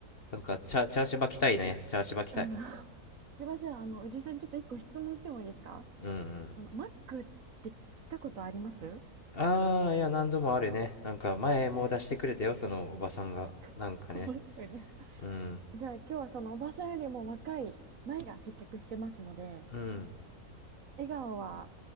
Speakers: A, on the left; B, on the right.
A: なんか、チャ、チャーシューバ来たいね。チャーシューバ来たい。
B: あの、<laughs> すいません。あの、おじさん、ちょっと一個質問してもいいですか
A: うんうん。
B: あの、マックって来たことあります
A: ああ、いや、何度もあるね。なんか、前も出してくれたよ、そのおばさんが。なんかね。
B: <laughs> おばさんに。
A: うん、
B: じゃあ、今日はそのおばさんよりも若い前が接客してますので、
A: うん、
B: 笑顔は